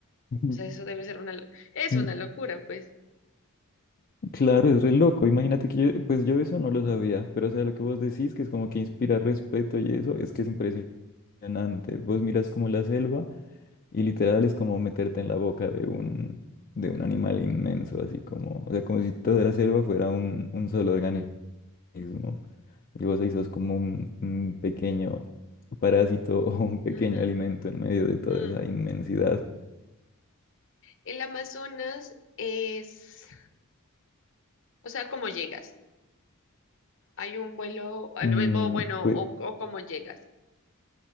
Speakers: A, on the left; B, on the left.
A: Ujú.
B: O sea, eso debe ser una, lo- es
A: Mm,
B: una locura, pues.
A: Claro, es re loco. Imagínate que yo, pues yo eso no lo sabía, pero o sea, lo que vos decís, que es como que inspira respeto y eso, es que es impresionante. Vos miras como la selva y literal es como meterte en la boca de un, de un animal inmenso, así como, o sea, como si toda la selva fuera un, un solo organismo. Y vos ahí sos como un, un pequeño parásito <laughs> o un pequeño
B: Ujú.
A: alimento en medio de toda
B: Mm.
A: esa inmensidad.
B: El Amazonas es, o sea, ¿cómo llegas? Hay un vuelo, o
A: Mm,
B: bueno,
A: pues,
B: o, o cómo llegas